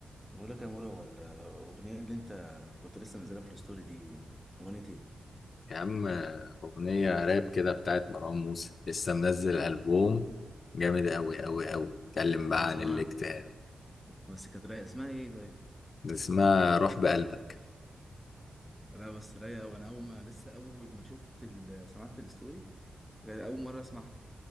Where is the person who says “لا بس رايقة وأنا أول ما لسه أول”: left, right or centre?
Centre